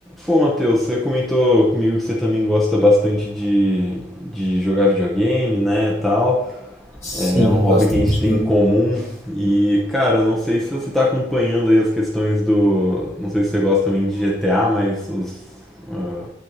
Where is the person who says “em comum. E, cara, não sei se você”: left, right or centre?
Centre